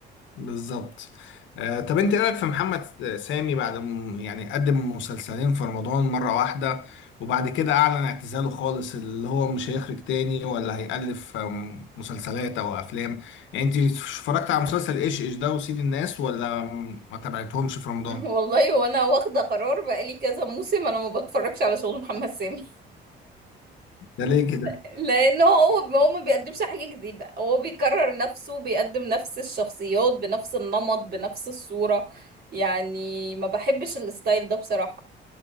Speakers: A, on the left; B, on the right.
A: بالظبط آه طب أنت إيه رأيك في محمد سامي بعد م- يعني قدم مسلسلين في رمضان مرة واحدة وبعد كده أعلن اعتزاله خالص اللي هو مش هيخرج تاني ولا هيألف آم، مسلسلات أو أفلام يعني أنت اتفرجت على مسلسل إيش إيش ده وسيد الناس ولا ما تابعتهمش في
B: <laughs>
A: رمضان؟
B: والله وانا واخده قرار بقالي كذا موسم انا ما بتفرجش على شغل محمد سامي
A: ده ليه كده؟
B: <laughs> لانه هو هو ما بيقدمش حاجه جديده هو بيكرر نفسه بيقدم نفس الشخصيات بنفس النمط بنفس الصوره يعني ما بحبش الستايل ده بصراحه